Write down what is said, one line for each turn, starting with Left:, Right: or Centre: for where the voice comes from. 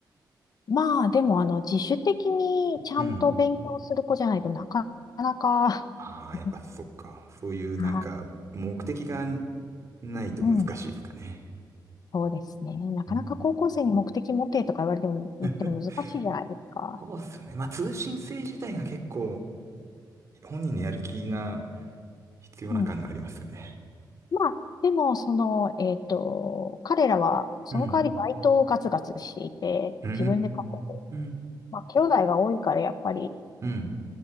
Left: まあでもあの自主的にちゃんと勉強する子じゃないとなかなか
Right: うん。ああ、
Left: <laughs>
Right: やっぱそっか。そういうなんか、
Left: あ、
Right: 目的がないと難しいですかね。
Left: うん、そうですね。なかなか高校生に目的持てとか言われても、
Right: うん。<laughs>
Left: 言っても難しいじゃないですか。
Right: そうっすよね。まあ、通信制自体が結構、本人のやる気が必要な感がありますよね。
Left: うん。まあ、でも、その、えっと、彼らは、その代わりバイトをガツガツしていて、
Right: うん。うー
Left: 自分で稼ぐ。
Right: ん。
Left: まあ、兄弟が多いから、やっぱり、
Right: うん、うん、うん、う